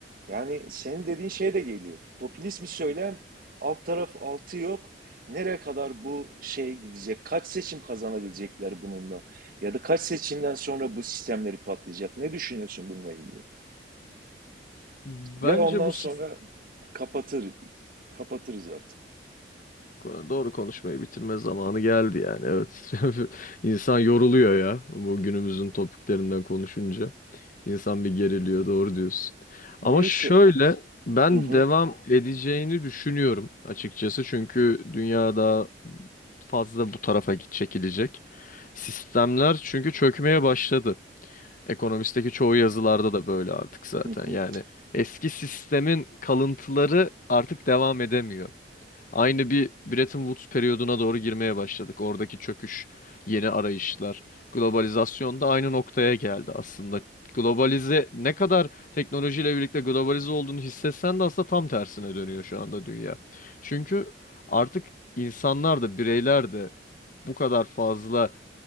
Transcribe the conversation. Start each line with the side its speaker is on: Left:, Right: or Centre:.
Right: Yani senin dediğin şey de geliyor. Popülist bir söylem, alt taraf altı yok. Nereye kadar bu şey gidecek? Kaç seçim kazanabilecekler bununla? Ya da kaç seçimden sonra bu sistemleri patlayacak? Ne düşünüyorsun bununla ilgili?
Left: Bence
Right: Ve ondan
Left: bu
Right: sonra
Left: sis-
Right: kapatır, kapatırız artık.
Left: Ko- doğru konuşmayı bitirme zamanı geldi yani. Evet. <laughs> İnsan yoruluyor ya bu günümüzün topiklerinden konuşunca. İnsan bir geriliyor, doğru diyorsun.
Right: Neyse.
Left: Ama şöyle ben
Right: Hı hı,
Left: devam edeceğini düşünüyorum açıkçası çünkü dünya daha fazla bu tarafa git- çekilecek. Sistemler çünkü çökmeye başladı. Ekonomist'teki çoğu yazılarda da böyle artık zaten.
Right: hı hı.
Left: Yani eski sistemin kalıntıları artık devam edemiyor. Aynı bir Bretton Woods periyoduna doğru girmeye başladık. Oradaki çöküş, yeni arayışlar, globalizasyon da aynı noktaya geldi aslında. Globalize ne kadar teknolojiyle birlikte globalize olduğunu hissetsen de aslında tam tersine dönüyor şu anda dünya. Çünkü artık insanlar da bireyler de bu kadar fazla